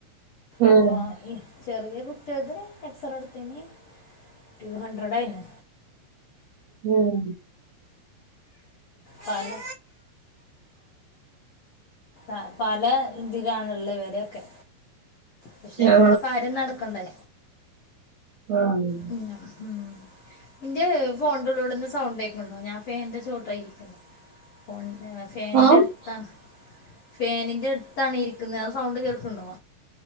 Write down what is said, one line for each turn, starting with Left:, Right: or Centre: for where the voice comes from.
Right: ഉം,
Left: അപ്പൊ ഈ ചെറിയ കുട്ട്യാളത് എക്സറാടുത്തനി ടു ഹണ്ട്രഡായിന്
Right: ഉം
Left: പലേ ആഹ് പല ഇതിയിലണുള്ളത് വെലൊക്കെ പക്ഷെ
Right: ആ,
Left: നമ്മളെ കാര്യം നടക്കണ്ടേ
Right: ആന്ന്
Left: പിന്നെ ഉം എൻ്റെ ഫോണ്ടള്ളൂടെന്ന് സൗണ്ട് കേക്ക്ന്ന്ണ്ടോ ഞാൻപ്പേ ഫാനിൻ്റെ ചചോട്ടിലായിരിക്ക്ണ് ഫോണിൻ്റെ ഫാനിന്റെ
Right: ഓ
Left: അടുത്താണ് ഫാനിന്റെ അടുത്താണ് ഇരിക്കുന്നത് അ സൗണ്ട് കേ ക്കുണ്ടോ